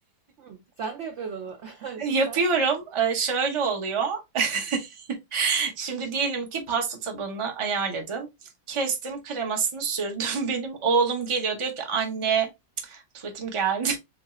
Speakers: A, on the right; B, on the right.
A: Hı. Sen de yapıyordun onu.
B: <laughs>
A: <laughs> Süper.
B: Yapıyorum. E, şöyle oluyor. <laughs> Şimdi diyelim ki pasta tabanını ayarladım. Kestim, kremasını sürdüm. <laughs> Benim oğlum geliyor diyor ki anne tuvaletim geldi.